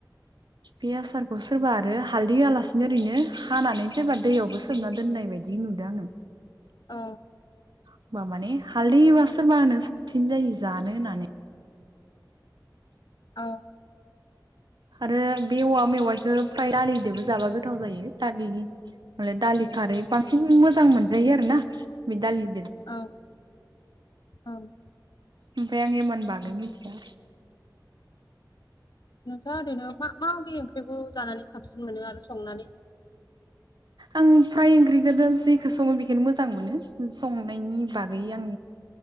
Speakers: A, on the right; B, on the left.
A: बे आसारखौ सोरबा आरो हालदै होआलासिनो ओरैनो हानानै सोरबा दैयावबो सोमना दोननाय बायदि नुदों आङो।
B: औ।
A: होमबा माने हालदैबा सोरबा होनो साबसिन जायो जानो होननानै।
B: औ
A: आरो बे औवा मेवाइखो फ्राय दालिदोबो जाबा गोथाव जायो <unintelligible> दालि खारै बांसिन मोजां मोनजायो आरोना बे दालि
B: औ औ।
A: ओमफाय आं एमान बागै मिथिया।
B: नोंथाङा ओरैनो मा माबि ओंख्रिखौ जानानै साबसिन मोनो आरो संनानै?
A: आं फ्राय ओंख्रिखोदो जेखो सङो बेखोनो मोजां मोनो। संनायनि बागै आं